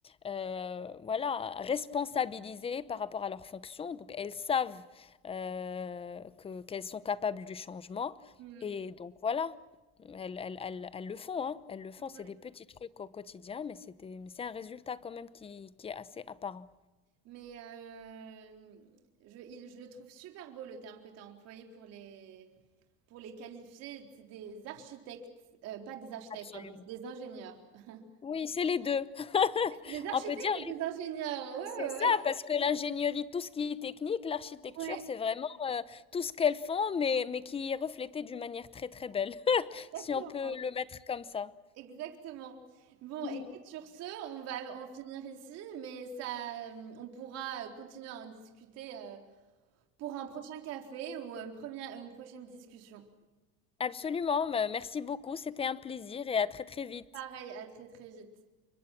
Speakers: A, on the left (about 20°); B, on the right (about 55°).
A: euh, voilà, responsabilisées par rapport à leurs fonctions. Donc elles savent euh, que qu'elles sont capables du changement.
B: Mm.
A: Et donc voilà, elles, elles- elles- elles le font, hein, elles le font. C'est
B: Ouais.
A: des petits trucs au quotidien, mais c'est des- mais c'est un résultat quand même qui, qui est assez apparent.
B: Mais euh, je, il- je le trouve super beau le terme que tu as employé pour les, pour les qualifier. C'est des architectes, euh, pas des architectes,
A: Absolument.
B: pardon, c'est des ingénieurs. <laughs>
A: Oui, c'est les deux. <laughs>
B: Des architectes
A: On peut dire
B: et des ingénieurs, ouais,
A: C'est ça,
B: ouais,
A: parce que l'ingénierie, tout ce qui est technique, l'architecture,
B: ouais. Ouais,
A: c'est vraiment euh, tout ce qu'elles font, mais, mais qui est reflété d'une manière très très belle, <laughs>
B: exactement.
A: si on peut le mettre comme ça.
B: Exactement. Bon,
A: Mhm.
B: écoute, sur ce, on va en finir ici, mais ça, euh, on pourra euh, continuer à en discuter euh, pour un prochain café ou une première, une prochaine discussion.
A: Absolument, bah, merci beaucoup, c'était un plaisir et à très très vite.
B: Pareil, à très très vite.